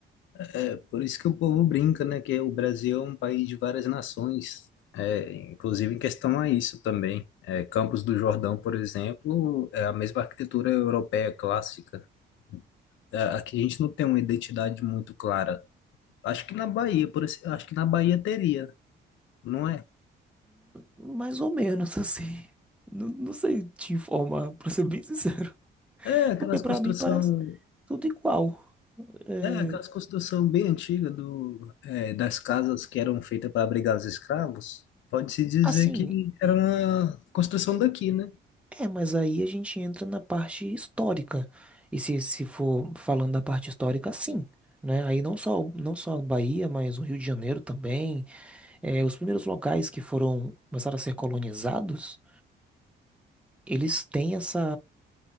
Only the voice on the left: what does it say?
É por isso que o povo brinca, né? Que o Brasil é um país de várias nações. É, inclusive em questão a isso também. É, Campos do Jordão, por exemplo, é a mesma arquitetura europeia clássica. É, aqui a gente não tem uma identidade muito clara. Acho que na Bahia, por esse- acho que na Bahia teria, não é?
É aquelas
construção,
é aquelas construção bem antiga do, é, das casas que eram feitas para abrigar os escravos. Pode-se dizer
que era uma construção daqui, né?